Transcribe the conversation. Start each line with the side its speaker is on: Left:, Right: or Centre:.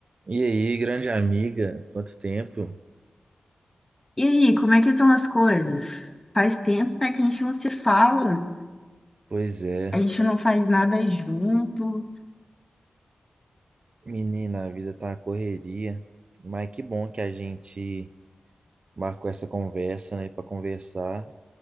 Right: E aí, grande amiga, quanto tempo?
Left: E aí, como é que estão as coisas? Faz tempo, né, que a gente não se fala,
Right: Pois é,
Left: a gente não faz nada junto.
Right: menina, a vida tá uma correria, mas que bom que a gente marcou essa conversa, né, para conversar